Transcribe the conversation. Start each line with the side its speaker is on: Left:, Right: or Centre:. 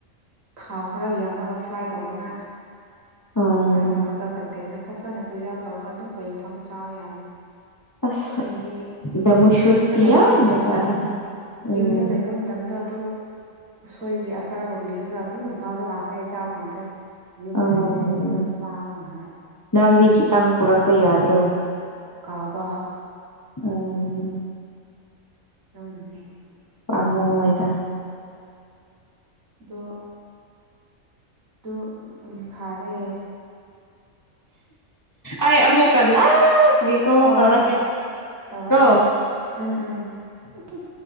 Right: ꯊꯥꯎ ꯈꯔ ꯌꯥꯝꯂꯒ ꯐ꯭ꯔꯥꯏ ꯇꯧꯅꯤꯉꯥꯏ
Left: ꯑꯥ
Right: ꯐ꯭ꯔꯥꯏ ꯇꯧꯔꯒ ꯀꯟꯇꯦꯅꯔ ꯐꯖꯅ ꯄ꯭ꯔꯤꯖꯥꯕ ꯇꯧꯔꯒ ꯑꯗꯨꯝ ꯀꯨꯏ ꯊꯝꯃ ꯆꯥꯕ ꯌꯥꯅꯤ
Left: ꯑꯁ
Right: ꯑꯩꯗꯤ
Left: ꯕꯦꯝꯕꯨ ꯁꯨꯠꯇꯤ
Right: ꯌꯨꯝꯗ ꯂꯩꯕ
Left: ꯌꯥꯝꯅ
Right: ꯃꯇꯝꯗ
Left: ꯆꯥꯅꯤꯡꯉꯤ ꯎꯝ
Right: ꯌꯨꯝꯗ ꯂꯩꯕ ꯃꯇꯝꯗꯣ ꯑꯗꯨ ꯎꯁꯣꯏꯒꯤ ꯑꯆꯥꯔ ꯇꯧꯕꯤꯔꯒ ꯑꯗꯨꯝ ꯏꯝꯐꯥꯜꯗ ꯂꯥꯛꯈ꯭ꯔꯦ ꯑꯩ ꯆꯥꯕ ꯐꯪꯗ꯭ꯔꯦ ꯌꯨꯝꯗ
Left: ꯑꯥ
Right: ꯂꯩꯕꯁꯤꯡ ꯐꯖꯅ ꯆꯥ ꯃꯥꯜꯂꯦ
Left: ꯅꯪꯗꯤ ꯈꯤꯇꯪ ꯄꯨꯔꯛꯄ ꯌꯥꯗ꯭ꯔꯣ
Right: ꯀꯥꯎꯕ
Left: ꯎꯝ
Right: <unintelligible>
Left: ꯄꯥꯃꯨꯋꯦꯗ
Right: ꯑꯗꯣ ꯑꯗꯨ ꯎꯝ ꯐꯔꯦ
Left: ꯑꯩ ꯑꯃꯨꯛꯀ ꯂꯥꯁꯒꯤ ꯀꯣꯜ
Right: ꯍꯣꯏ
Left: ꯇꯧꯔꯛꯀꯦ
Right: ꯍꯣꯏ ꯇꯧꯔꯛꯑꯣ
Left: ꯀꯣ
Right: ꯍꯣꯏ ꯎꯝ ꯎꯝ